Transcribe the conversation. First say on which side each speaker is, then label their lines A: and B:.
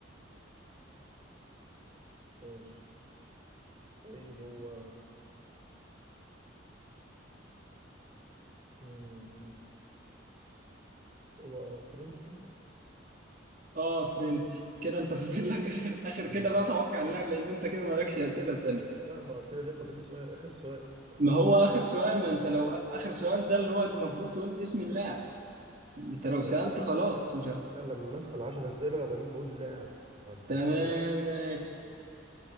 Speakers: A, on the right; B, on the right.
A: ماشي طيب هو مم، هو فرنسي
B: اه فرنسي كده انت فاضل لك اخر اخر
A: مم.
B: كده بقى توقع اللاعب لان انت كده مالكش اسئله تانية
A: لا ما هو كده ليه فاضل لي سؤال آخر سؤال
B: ما هو اخر سؤال ما انت لو اخر سؤال ده اللي هو المفروض تقول اسم اللاعب انت لو سألت
A: آه.
B: خلاص مش عارف
A: لا لما أسأل 10 أسئلة وبعدين بقول اللاعب بعد في
B: تمام
A: ال 11
B: ماشي